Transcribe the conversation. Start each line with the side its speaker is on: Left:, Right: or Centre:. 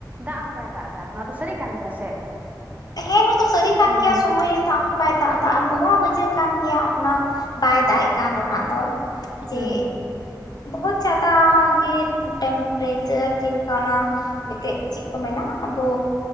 Right: ᱫᱟᱜ ᱦᱚᱸ ᱵᱟᱭ ᱫᱟᱜ ᱮᱫᱟ ᱱᱚᱣᱟ ᱫᱚ ᱥᱟᱹᱨᱤ ᱠᱟᱱ ᱜᱮᱭᱟ ᱥᱮ᱾
Left: ᱦᱮᱸ ᱱᱚᱣᱟ ᱫᱚ ᱥᱟᱹᱨᱤ ᱠᱟᱱ
Right: ᱦᱮᱸ
Left: ᱜᱮᱭᱟ ᱥᱚᱢᱚᱭ ᱨᱮ ᱫᱟᱜ ᱦᱚᱸ ᱵᱟᱭ ᱫᱟᱜ ᱮᱫᱟ ᱟᱨ ᱱᱚᱣᱟ ᱵᱩᱡᱮ ᱠᱟᱱ ᱜᱮᱭᱟ ᱚᱱᱟ ᱵᱟᱭ ᱫᱟᱜ ᱮᱜ ᱠᱟᱱ ᱨᱮᱱᱟᱜ ᱫᱚ᱾ ᱡᱮ
Right: ᱦᱮᱸ
Left: ᱵᱚᱦᱩᱛ ᱡᱟᱫᱟ ᱜᱮ ᱴᱮᱢᱯᱟᱨᱪᱟᱨ ᱪᱮ ᱞᱮᱠᱷᱟ ᱚᱱᱟ ᱢᱤᱫᱴᱮᱡ ᱪᱮᱫ ᱠᱚ ᱢᱮᱱᱟ ᱟᱵᱚ